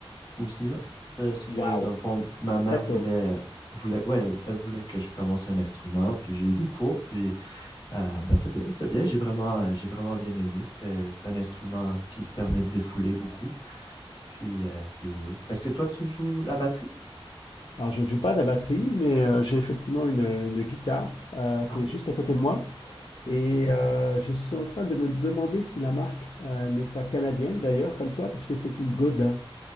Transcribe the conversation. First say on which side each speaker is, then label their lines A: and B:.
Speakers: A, on the left; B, on the left.
A: ou 6 ans. Parce que
B: Waouh!
A: dans le fond, ma mère
B: Très
A: voulait,
B: tôt.
A: voulait, ouais, elle voulait que je commence un instrument. Puis j'ai eu des cours. Puis Euh, bah, c'était bien, c'était bien. J'ai vraiment, euh, j'ai vraiment bien aimé. C'était, c'est un instrument qui permet de défouler beaucoup. Puis, euh, puis oui. Est-ce que toi, tu joues la batterie?
B: Alors, je ne joue pas de la batterie, mais euh, j'ai effectivement une, une guitare euh,
A: Ah
B: qui
A: oui,
B: est juste à côté
A: oui.
B: de moi.
A: oui.
B: Et euh, je suis en train de me demander si la marque euh, n'est pas canadienne, d'ailleurs, comme toi, puisque c'est une Godin.